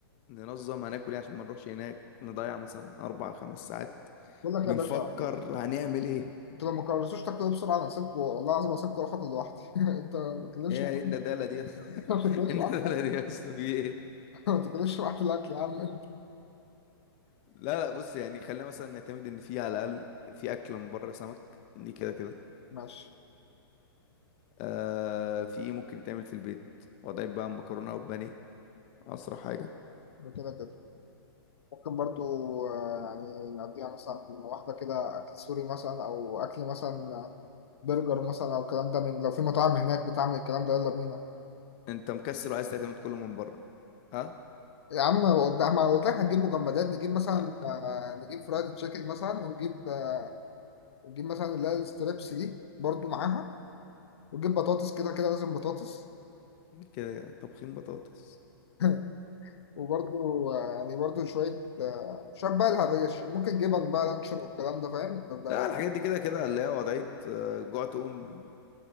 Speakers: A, on the left; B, on the left.
A: ننظم هناكل ايه عشان ما نروحش هناك نضيع مثلا اربع خمس ساعات
B: بقول لك
A: بنفكر
B: يا باشا
A: هنعمل ايه
B: انتوا لو ما قررتوش تاكلوا إيه بسرعه انا هسيبكم والله العظيم هسيبكم اروح اكل لوحدي <laughs> انت ما تتكلمش
A: ايه
B: معايا
A: إيه الندالة دي يا اسطى
B: <laughs> ما تتكلمش
A: <laughs> إيه الندالة
B: معايا في الاكل
A: دي يا اسطى في ايه
B: <laughs> ما تتكلمش معايا في الاكل يا عم انت
A: لا لا بص يعني خلينا مثلا نعتمد ان في على الاقل في اكل من بره سمك دي كده كده
B: ماشي
A: آه في ايه ممكن يتعمل في البيت وضعي بقى مكرونه وبانيه اسرع حاجه
B: ده كده كده ممكن برضو آه، يعني نقضيها مثلا واحده كده اكل سوري مثلا او اكل مثلا آه، برجر مثلا او الكلام ده من لو في مطاعم هناك بتعمل الكلام ده يلا بينا
A: انت مكسل وعايز تعتمد كله من بره ها
B: يا عم ده ما قلت لك هنجيب مجمدات نجيب مثلا
A: آه؟
B: آه، نجيب فرايد تشيكن مثلا ونجيب آه، ونجيب مثلا اللي هي الستريبس دي برضو معاها ونجيب بطاطس كده كده لازم بطاطس
A: كده كده. طبخين بطاطس
B: <laughs> وبرضو آه، يعني برضو شوية آه، شوية بقى الهريش ممكن جبن بقى لانشون والكلام ده فاهم ده بقى-
A: لا الحاجات دي كده كده اللي هي وضعية آه، جوع تقوم